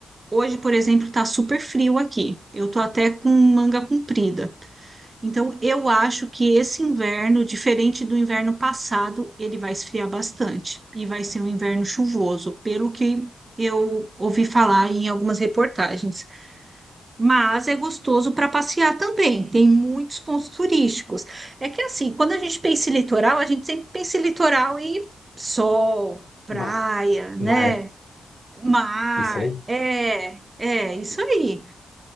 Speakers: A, on the right; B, on the left.
A: Hoje, por exemplo, tá super frio aqui. Eu tô até com manga comprida. Então, eu acho que esse inverno, diferente do inverno passado, ele vai esfriar bastante e vai ser um inverno chuvoso, pelo que eu ouvi falar em algumas reportagens. Mas é gostoso para passear também, tem muitos pontos turísticos. É que assim, quando a gente pensa em litoral, a gente sempre pensa em litoral e sol, praia,
B: Mar,
A: né?
B: mar.
A: Mar,
B: Isso aí?
A: é, é, isso aí.